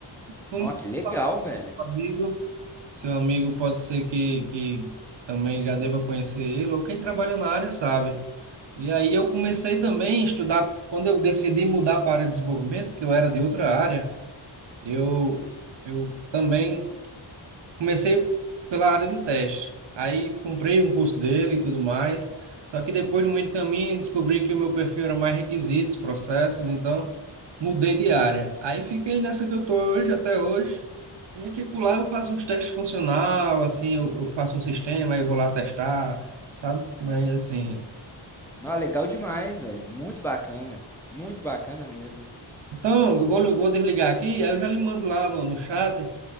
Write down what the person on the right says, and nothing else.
Como
amigo, seu amigo pode ser que, que também já deva conhecer ele, ou quem trabalha na área sabe. E aí eu comecei também a estudar, quando eu decidi mudar para a área de desenvolvimento, que eu era de outra área, eu, eu também comecei pela área de teste. Aí comprei um curso dele e tudo mais, só que depois, no meio do caminho, descobri que o meu perfil era mais requisitos, processos, então mudei de área. Aí fiquei nessa que eu tô hoje, até hoje, e aqui por lá eu faço uns testes funcional, assim, eu, eu faço um sistema, aí eu vou lá testar, sabe? Mas assim...
Então, eu vou, eu vou desligar aqui, aí eu já lhe mando lá no, no chat